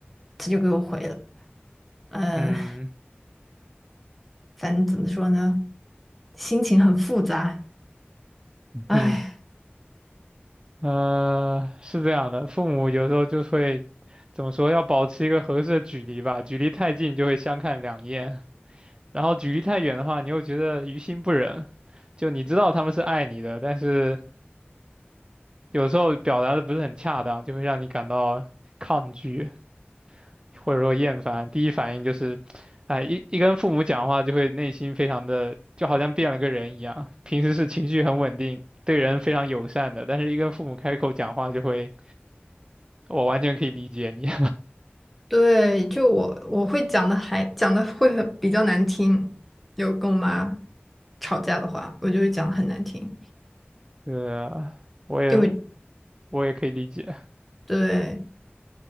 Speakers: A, in the centre; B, on the right.
A: 他就给我回了，呃，
B: 嗯
A: 反正怎么说呢，心情很复杂，
B: 嗯，
A: 唉。
B: 呃，是这样的，父母有时候就会怎么说，要保持一个合适的距离吧，距离太近就会相看两厌，然后距离太远的话，你又觉得于心不忍。就你知道他们是爱你的，但是。有时候表达的不是很恰当，就会让你感到抗拒或者说厌烦。第一反应就是，哎，一一跟父母讲话就会内心非常的，就好像变了个人一样。平时是情绪很稳定，对人非常友善的，但是一跟父母开口讲话就会，我完全可以理解你。
A: 对，就我我会讲的还讲的会很比较难听，有跟我妈吵架的话，我就会讲的很难听，
B: <laughs> 对啊，我也
A: 因为
B: 我也可以理解。
A: 对